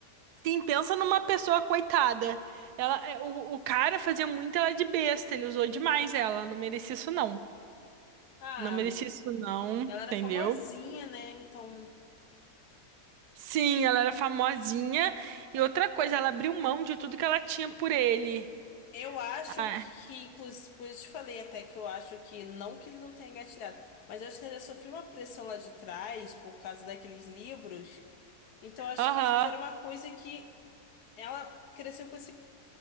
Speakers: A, on the right; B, on the left.
A: Sim, pensa numa pessoa coitada. Ela, é, o, o cara fazia muito ela de besta, ele usou demais ela. Não merecia isso, não.
B: Ah,
A: Não merecia isso, não,
B: ela era
A: entendeu?
B: famosinha, né? Então,
A: Sim, ela era famosinha. E outra coisa, ela abriu mão de tudo que ela tinha por ele.
B: eu acho
A: Ah,
B: que, inclusive, por isso te falei até que eu acho que, não que ele não tenha engatilhado, mas eu acho que ela já sofreu uma pressão lá de trás por causa daqueles livros. Então, eu acho
A: Aham.
B: que isso já era uma coisa que ela cresceu com esse,